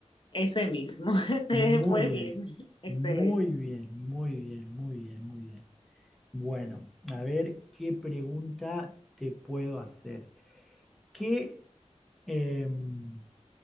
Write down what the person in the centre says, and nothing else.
Muy
bien,
muy bien, muy bien, muy bien, muy bien. Bueno, a ver qué pregunta te puedo hacer. ¿Qué, em,